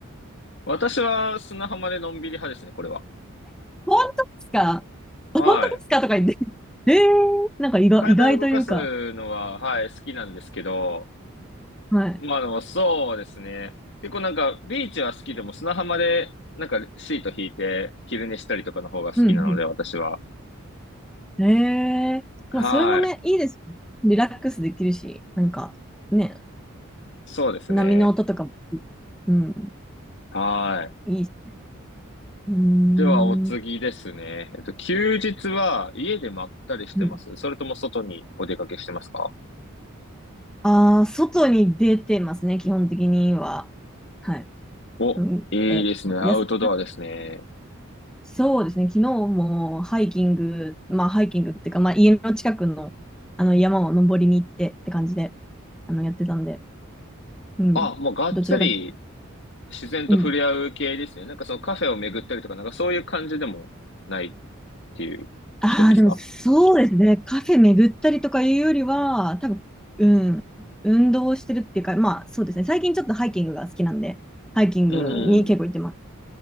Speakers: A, on the left; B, in the centre.
A: 私は砂浜でのんびり派ですね、これは。
B: 本当ですか本当ですかとか言って。
A: はい。
B: ええなんか意外、
A: 体を動かすのは、
B: 意外というか。
A: はい、好きなんですけど、
B: はい。
A: まあでもそうですね。結構なんか、ビーチは好きでも砂浜で、なんかシート引いて昼寝したりとかの方が好きなので、
B: うん
A: 私は。
B: うん。ええまあ、
A: はい。
B: それもね、いいですよね。リラックスできるし、なんか、ね、
A: そうですね。
B: 波の音とかも、うん、
A: はい。
B: いいし。うー
A: では、お次ですね。
B: ん。
A: えっと、休日は家でまったりしてますそれとも外にお出かけしてますか
B: うん。ああ、外に出てますね、基本的には。はい。
A: お、
B: うん、
A: いいですね。
B: えっと、
A: アウトドアですね。
B: 野菜そうですね、昨日もハイキング、まあハイキングっていうか、まあ家の近くの、あの山を登りに行ってって感じで、あのやってたんで、うん、
A: あ、もうがっつり
B: どちらかというと、
A: 自然と触れ合う系ですね。
B: うん。
A: なんかそのカフェを巡ったりとか、なんかそういう感じでもないっていう人ですか
B: ああ、でもそうですね、カフェ巡ったりとかいうよりは、多分、うん、運動してるっていうか、まあそうですね、最近ちょっとハイキングが好きなんで、ハイキングに結構行ってますっ
A: うん。